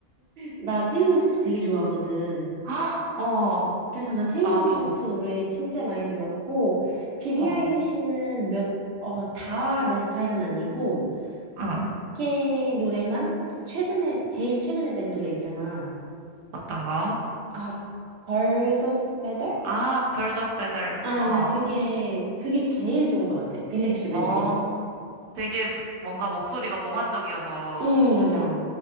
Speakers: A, on the right; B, on the right.
A: 나 테일러 스위프트 되게 좋아하거든.
B: 아, 어,
A: 그래서 나 테일러
B: 나도,
A: 스위프트 노래 진짜 많이 들었고, 빌리
B: 어,
A: 아일리시는 몇, 어, 다 내 스타일은 아니고,
B: 응.
A: 걔 노래만? 그 최근에, 제일 최근에 낸 노래 있잖아.
B: 어떤 가
A: 아, Birds of Feather?
B: 아, Birds of Feather.
A: 아,
B: 어,
A: 난 그게, 그게 제일 좋은 것 같아. 빌리 아일리시 노래
B: 어,
A: 중에.
B: 되게 뭔가 목소리가 몽환적이어서
A: 응, 맞아.